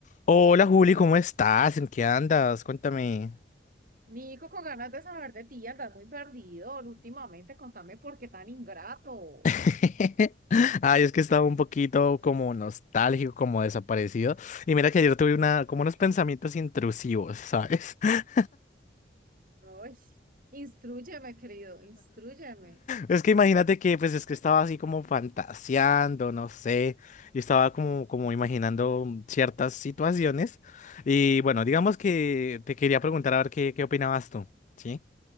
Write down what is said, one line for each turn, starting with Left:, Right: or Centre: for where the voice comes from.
Left: Hola Juli, ¿cómo estás? ¿En qué andas? Cuéntame.
Right: Nico, con ganas de saber de ti, andas muy perdido últimamente. Contame por qué tan ingrato.
Left: <laughs> Ay, es que estaba un poquito como nostálgico, como desaparecido. Y mira que ayer tuve una, como unos pensamientos intrusivos, ¿sabes? <laughs>
Right: Ay, instrúyeme, querido, instrúyeme.
Left: Es que imagínate que, pues es que estaba así como fantaseando, no sé, y estaba como, como imaginando mm, ciertas situaciones. Y bueno, digamos que te quería preguntar a ver qué, qué opinabas tú, ¿sí?